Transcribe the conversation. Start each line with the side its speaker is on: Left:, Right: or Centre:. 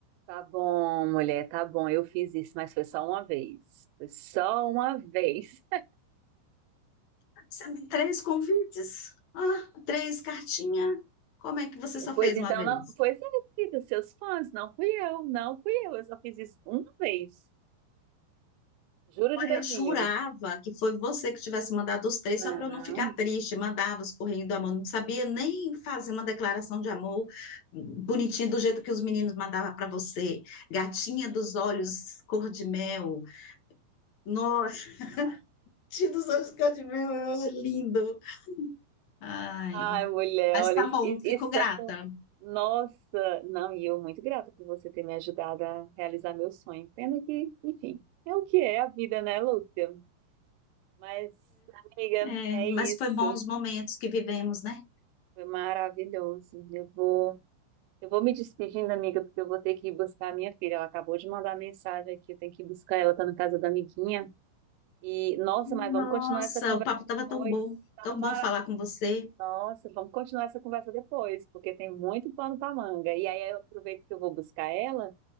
Right: Tá bom, mulher, tá bom. Eu fiz isso, mas foi só uma vez. Foi só uma vez.
Left: Recebi três convites. Ah, três cartinhas. Como é que você só
Right: Pois
Left: fez
Right: então,
Left: uma vez?
Right: não, pois é, querida, seus fãs, não fui eu, não fui eu, eu só fiz isso uma vez. Juro
Left: Olha,
Right: de dedinho.
Left: eu jurava que foi você que tivesse mandado os três
Right: Não.
Left: só para eu não ficar triste. Mandava os correndo da mão, não sabia nem fazer uma declaração de amor bonitinha do jeito que os meninos mandavam para você. Gatinha dos olhos cor de mel. Nossa, gatinha dos olhos cor de mel é lindo. Ai,
Right: Ai, mulher,
Left: mas
Right: olha,
Left: tá
Right: isso,
Left: bom,
Right: isso
Left: fico grata.
Right: é com. Nossa! Não, e eu muito grata por você ter me ajudado a realizar meu sonho. Pena que, enfim, é o que é a vida, né, Lúcia? Mas, amiga,
Left: É,
Right: é
Left: é, mas
Right: isso.
Left: foi bom os momentos que vivemos, né?
Right: Foi maravilhoso. Eu vou. Eu vou me despedindo, amiga, porque eu vou ter que ir buscar a minha filha. Ela acabou de mandar mensagem aqui, eu tenho que ir buscar ela, tá na casa da amiguinha. E, nossa,
Left: Nossa,
Right: mas vamos continuar essa conversa
Left: o papo estava
Right: depois.
Left: tão bom,
Right: Tá
Left: tão
Right: mara...
Left: bom falar com você.
Right: Nossa, vamos continuar essa conversa depois, porque tem muito pano pra manga. E aí eu aproveito que eu vou buscar ela,